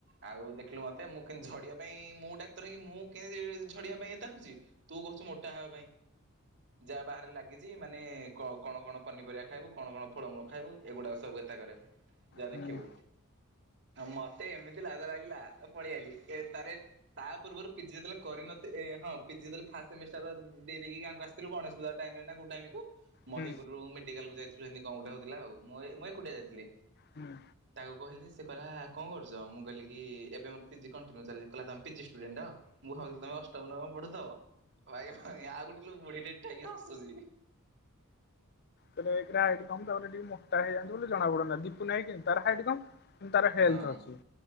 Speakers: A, on the right; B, on the left.
A: ଆଉ ଦେଖିଲୁ ମତେ ମୁଁ କେମତି ଝଡିବା ପାଇଁ ମୁଁ ଡାକ୍ତର ହେଇକି ମୁଁ କେମିତି ଝଡିବା ପାଇଁ ଏତା ହଉଛି। ତୁ କହୁଛୁ ମୋଟା ହେବା ପାଇଁ ଯାହା ବାହାରେ ଲାଗି ମାନେ କଣ କଣ ପନିପରିବା ଖାଇବୁ କଣ କଣ ଫଳମୂଳ ଖାଇବୁ ଏଗୁଡାକ ସବୁ ଏତା କରେ। ଯା
B: ହୁଁ
A: ଦେଖିବୁ ମତେ ଏମିତି ଲାଜ ଲାଗିଲା ପଳେଇଆଲି ଏ ତାରେ ତା ପୂର୍ବରୁ ପିଜି ଯେତେବେଳେ କରିନ ଏ ହଁ ପିଜି ଯେତେବେଳେ ଫାଷ୍ଟ ସେମିଷ୍ଟାର ଦେଇଦେଇକି ଗାଁକୁ ଆସି ଥିଲୁ ଗଣେଶ ପୂଜା ଟାଇମରେ ନା କଉ ଟାଇମକୁ। ମହିପୁରରୁ
B: ହୁଁ
A: ମେଡିକାଲକୁ ଯାଇଥିଲୁ ଏମତି କଣ ଗୋଟେ ହଉଥିଲା ଆଉ ମୁଁ ମୁଁ ଏକୁଟିଆ ଯାଇଥିଲି।
B: ହୁଁ
A: ତାକୁ କହିଲି ଜେ ସେ କହିଲା କଣ କରୁଛ ମୁଁ କହିଲିକି ଏବେ ମୋର ପିଜି କଣ୍ଟିନ୍ୟୁ ଚାଲିଚି କଇଲା ତମେ ପିଜି ସ୍ଟୁଡେଣ୍ଟ? ମୁଁ ଭାବୁଥିଲି ତମେ ଅଷ୍ଟମ ନବମ ପଢୁଥବ ଭାଇ ଆଉ ଗୋଟେ ବୁଢୀଟେ ଥାଇକି ହସୁଛି।
B: କହିଲି ଏକେରେ ହାଇଟ କମ ତାପରେ ଟିକେ ମୋଟା ହେଇଯାନ୍ତୁ ବୋଲି ଜଣା ପଡନ୍ତା ଦୀପୁନାହାଇ କେନ୍ତି ତାର ହାଇଟ୍ କମ୍। ତାର ହେଲ୍ଥ
A: ହଁ
B: ଅଛି